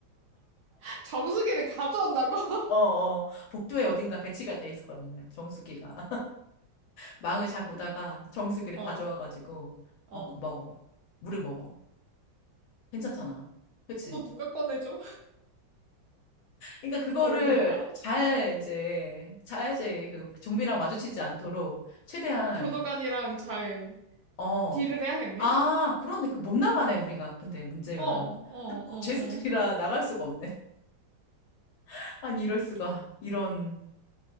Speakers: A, on the right; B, on the left.
A: <laughs> 정수기를 가져온다고? <laughs>
B: 어, 어, 복도에 어딘가 배치가 돼 있을 거란 말이야. 정수기가. 망을 잘 보다가 정수기를
A: 어,
B: 가져와가지고
A: 어.
B: 어 그거 먹어 물을 먹어 괜찮잖아 그치
A: 너 누가 꺼내줘?
B: 그러니까 그거를
A: 몰라. <laughs>
B: 잘 이제 자야지 그 좀비랑 마주치지 않도록 최대한
A: 교도관이랑 잘
B: 어
A: 딜을 해야겠네?
B: 아 그런데 그 못 나가네 우리가 근데 문제가
A: 어, 어, 어,
B: 죄수들이라
A: 어.
B: 나갈 수가 없네 <laughs> 아니 이럴 수가 이런